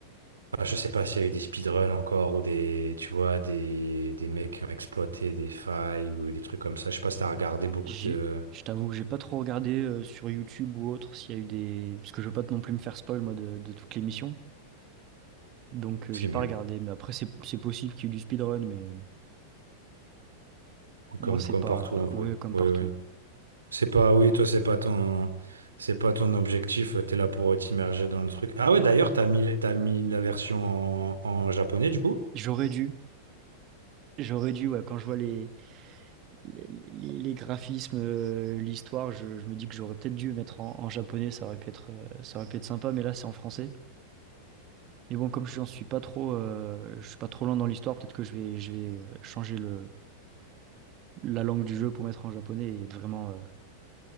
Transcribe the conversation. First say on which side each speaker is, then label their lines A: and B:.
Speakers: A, on the right; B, on the right.
A: Ah, je sais pas s'il y a eu des speedruns encore ou des, tu vois, des, des mecs qui ont exploité des failles ou des trucs comme ça. Je sais pas si t'as regardé beaucoup
B: J'ai,
A: de...
B: je t'avoue que j'ai pas trop regardé euh, sur YouTube ou autre s'il y a eu des. Parce que je veux pas non plus me faire spoil, moi, de, de toutes les missions. Donc euh,
A: C'est
B: j'ai pas
A: mieux.
B: regardé. Mais après, c'est c'est possible qu'il y ait du speedrun, mais moi,
A: Comme,
B: c'est
A: comme
B: pas.
A: partout en vrai.
B: Ouais, comme
A: Oui,
B: partout.
A: oui. C'est pas, oui, toi, c'est pas ton, c'est pas ton objectif. euh, T'es là pour t'immerger dans le truc. Ah ouais, d'ailleurs, t'as mis, t'as mis la version en, en japonais du coup?
B: J'aurais dû, j'aurais dû, ouais, quand je vois les, les, les- les graphismes, euh, l'histoire, je, je me dis que j'aurais peut-être dû mettre en, en japonais, ça aurait pu être, euh, ça aurait pu être sympa, mais là c'est en français. Mais bon, comme j'en suis pas trop, euh, je suis pas trop loin dans l'histoire, peut-être que je vais, je vais euh, changer le, la langue du jeu pour mettre en japonais et être vraiment euh,